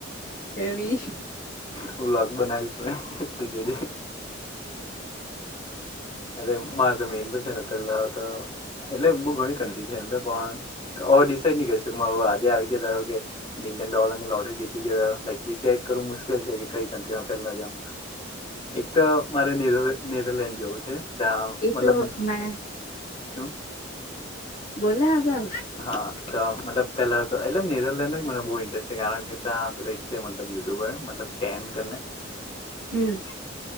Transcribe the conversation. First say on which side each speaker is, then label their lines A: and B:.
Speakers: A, on the left (about 45°); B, on the left (about 30°).
A: એવી
B: હું બલોગ બનાવીશ મે તો જોજે અરે મારે તો મેન તો છે ને પેલા તો એટલે બઉ ઘણી કંન્ટ્રી છે એમ તો
A: <unintelligible>
B: પણ હવે ડિસાઈડ નની કરી શક આજે આવી ગયા ધારો કે મિલિયન ડોલર ની લોટરી જીતી ગયો <unintelligible> કરવું મુશ્કેલ છે કે કઈ કન્ટ્રીમાં પહેલા જાવ એક તો મારે નેદર નેધરલેન્ડ જવું છે ત્યાં
A: એ
B: મતલબ
A: તો મે
B: હ
A: બોલા આગળ
B: હા તો મતલબ પેલા તો એટલેમ નેધરલેન્ડ જ મને બહુ ઇન્ટરેસ્ટ છે કારણ કે ત્યાં છે એક છે મતલબ યુટ્યુબર મતલબ સ્ટેડ
A: હમ